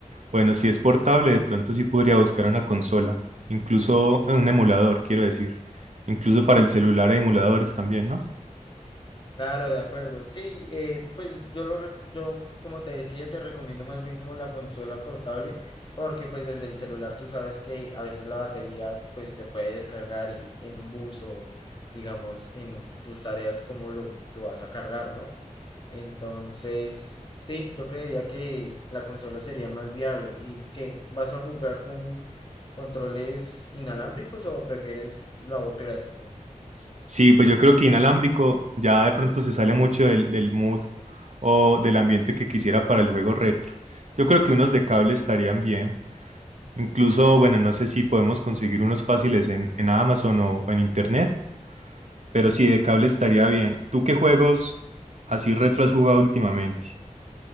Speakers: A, on the right; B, on the left.
A: bueno, si es portable, de pronto sí podría buscar una consola. Incluso eh, un emulador, quiero decir. Incluso para el celular hay emuladores también, ¿no?
B: Claro, de acuerdo. Sí, eh, pues yo lo, re- yo como te decía, te recomiendo más bien como la consola portable, porque pues desde el celular tú sabes que a veces la batería pues se puede descargar y en un bus o digamos en tus tareas cómo lo, lo vas a cargar, ¿no? Entonces, sí, yo creería que la consola sería más viable. ¿Y qué? ¿Vas a jugar con controles inalámbricos o prefieres lo clásico?
A: Sí, pues yo creo que inalámbrico ya de pronto se sale mucho del, del mood o del ambiente que quisiera para el juego retro. Yo creo que unos de cable estarían bien. Incluso, bueno, no sé si podemos conseguir unos fáciles en, en Amazon o en Internet Pero sí, de cable estaría bien. ¿Tú qué juegos así retro has jugado últimamente?